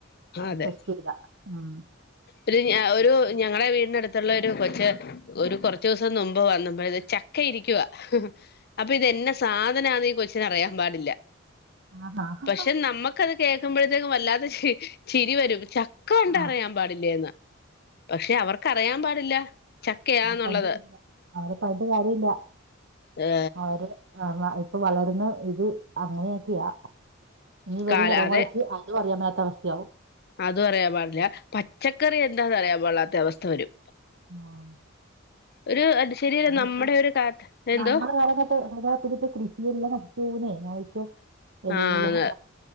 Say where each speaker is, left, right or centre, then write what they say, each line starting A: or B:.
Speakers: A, on the left; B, on the right.
A: അതെ
B: ടെസ്റ്റ് ചെയ്ത ഉം
A: ഒരു ഞ ഒരു ഞങ്ങടെ വീടിനടുത്തുള്ള ഒരു കൊച്ച് ഒരു കൊറച്ച് ദിവസം മുമ്പ് വന്നപ്പഴ് ചക്ക ഇരിക്കുവാ അപ്പൊ ഇതെന്ന സാധനണ് ഈ കൊച്ചിന് അറിയാൻ പാടില്ല
B: ആഹ് ആഹ് താമസം
A: പക്ഷെ നമ്മുക്കത് കേൾക്കുമ്പോഴത്തേക്കും വല്ലാത്ത ചിരി വരും ചക്ക ഉണ്ടറിയാം
B: ആ
A: പാടില്ലന്ന് പക്ഷെ അവർക്കറിയാൻ പാടില്ല ചക്കയാന്നുള്ളത്
B: അവര് പണ്ട് കല്ല അവരെ പറഞ്ഞിട്ട് കാര്യല്ല
A: ഏ
B: അവര് ആഹ് ഇപ്പൊ വളർന്ന് ഇത് അങ്ങനെയൊക്കയാ ഇനി വരും
A: കാല
B: തലമുറക്ക്
A: അതെ
B: അതും അറിയാൻ മേലാത്ത അവസ്ഥയാവും
A: അതും അറിയൻ പാടില്ല പച്ചക്കറി എന്താന്ന് അറിയാൻ പാടില്ലാത്ത അവസ്ഥ വരും
B: ആഹ്
A: ഒരു ശരിയല്ല
B: അതിപ്പോ
A: നമ്മുടെ ഒരു കാ എന്തോ
B: നമ്മുടെ കാല തപ്പ കൃഷിയല്ല <unintelligible> എല്ലാം
A: ആ